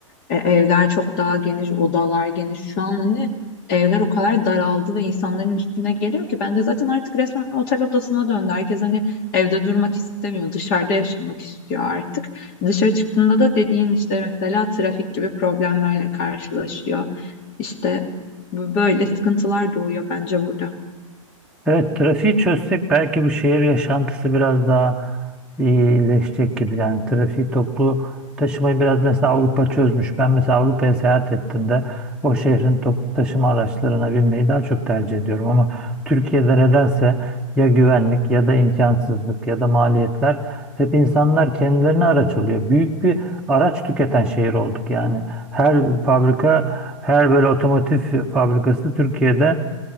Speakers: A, on the left (about 40°); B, in the centre.
A: E, evler çok daha geniş, odalar geniş. Şu an hani evler o kadar daraldı ve insanların üstüne geliyor ki bence zaten artık resmen otel odasına döndü. Herkes hani evde durmak istemiyor, dışarıda yaşamak istiyor artık. Dışarı çıktığında da dediğin işte mesela trafik gibi problemlerle karşılaşıyor. İşte bu- böyle sıkıntılar doğuyor bence burada.
B: Evet, trafiği çözsek belki bu şehir yaşantısı biraz daha iyileşecek gibi. Yani trafiği toplu taşımayı biraz mesela Avrupa çözmüş. Ben mesela Avrupa'ya seyahat ettiğimde o şehrin toplu taşıma araçlarına binmeyi daha çok tercih ediyorum. Ama Türkiye'de nedense ya güvenlik ya da imkansızlık ya da maliyetler hep insanlar kendilerine araç alıyor. Büyük bir araç tüketen şehir olduk yani. Her fabrika, her böyle otomotiv fabrikası Türkiye'de